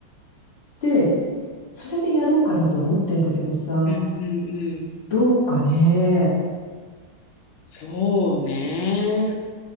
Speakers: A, on the left; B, on the left.
A: で、それでやろうかなと思ってんだけどさ、
B: うん、うん、うん。
A: どうかね。
B: そうね。